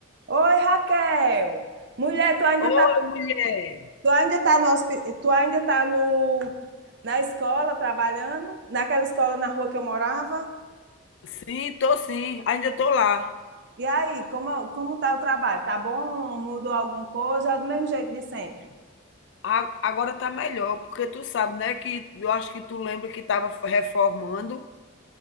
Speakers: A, on the right; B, on the left.
A: Oi, Raquel. Mulher, tu ainda
B: Oi,
A: tá,
B: mulher.
A: tu ainda tá no, hospi- tu ainda tá no, na escola trabalhando, naquela escola na rua que eu morava?
B: Sim, tô sim. Ainda tô lá.
A: E aí, como, como tá o trabalho? Tá bom? Mudou alguma coisa? É do mesmo jeito de sempre.
B: A- Agora tá melhor, porque tu sabe, né, que eu acho que tu lembra que tava reformando.